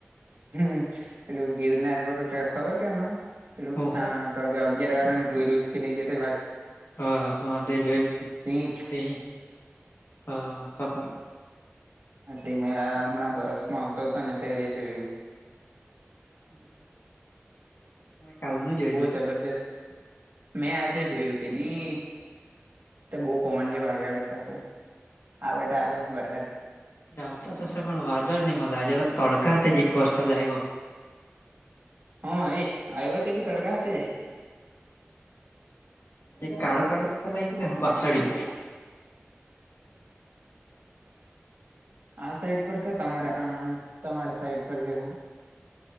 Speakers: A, on the right; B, on the left.
A: હમ્મ, પેલું ગીરનાર પર સ ખબર કે હમણાં પેલું
B: હું
A: સા ક અગયારર પ પોઈ રુજકી લઈ ગયો તોાય ભાગ.
B: હા હા તે જોયું
A: સિંહ
B: ત‌ઇ હા ખબર.
A: એટલે મેં હમણાં બસ માં આવતો હતો ને ત્યારે જોયું.
B: હા હા <unintelligible> કાલ ના જેમ.
A: બહુ જબરજસ્ત મેં આજે જોયું કે નહી બહુ. ફોન જે આવે <inaudible> આગળ પાસે આવે તો આવે વરહદ
B: આવ આવતા તસ પણ વાદળ નહી મ આજ તડકા હતા જીખ વરસા જ આવ્યો
A: હા એજ આવ્યો તો બી તડકા હા જાય.
B: હમ કાળું કાળું તો લયક ન હ પાછડી.
A: આ સાઈટ પર છે તમારા અ તમારા સાઈટ પર જેવું.